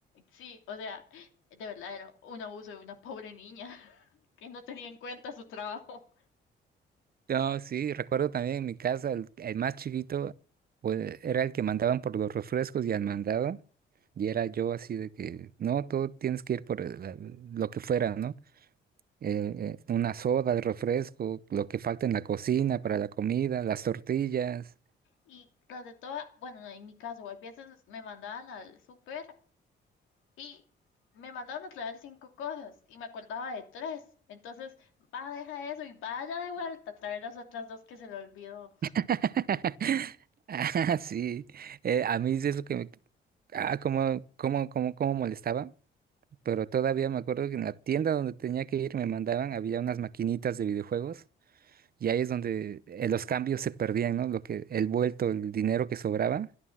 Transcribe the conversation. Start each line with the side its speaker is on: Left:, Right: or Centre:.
Left: Sí, o sea, de verdad era un abuso de una pobre niña <laughs> que no tenía en cuenta su trabajo.
Right: No, sí, recuerdo también en mi casa, el, el más chiquito, pues era el que mandaban por los refrescos y al mandaba. Y era yo así de que, no, todo tienes que ir por el- la- lo que fuera, ¿no? Eh, eh, una soda, el refresco, lo que falta en la cocina para la comida, las tortillas.
Left: Y tras de todo, bueno, no, en mi caso, a veces me mandaban al súper y me mandaban a traer cinco cosas y me acordaba de tres. Entonces, va, deja eso y vaya de vuelta a traer las otras dos que se le olvidó
Right: <laughs> Ah, sí. Eh, a mí sí es lo que me... Ah, cómo, cómo, cómo, cómo molestaba. Pero todavía me acuerdo que en la tienda donde tenía que ir me mandaban, había unas maquinitas de videojuegos. Y ahí es donde eh, los cambios se perdían, ¿no? Lo que, el vuelto, el dinero que sobraba,